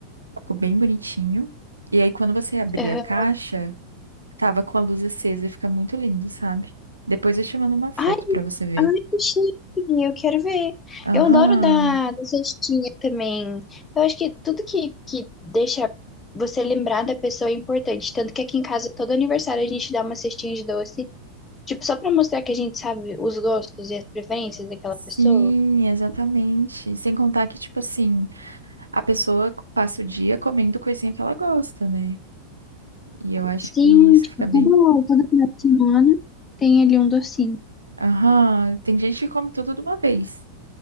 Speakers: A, on the right; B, on the left.
A: ficou bem bonitinho. E aí, quando você abria
B: Aham.
A: a caixa, tava com a luz acesa e fica muito lindo, sabe? Depois eu te mando uma foto
B: Ai,
A: pra você ver.
B: ai, que chique, eu quero ver.
A: Aham.
B: Eu adoro da, da cestinha também. Eu acho que tudo que, que deixa você lembrar da pessoa é importante. Tanto que aqui em casa, todo aniversário, a gente dá uma cestinha de doce. Tipo, só pra mostrar que a gente sabe os gostos e as preferências daquela
A: Sim,
B: pessoa.
A: exatamente. Sem contar que, tipo assim, a pessoa passa o dia comendo coisinha que ela gosta, né? E eu acho
B: Sim,
A: que isso
B: tipo,
A: fica bem.
B: todo, toda final de semana tem ali um docinho.
A: Aham. Tem gente que come tudo de uma vez.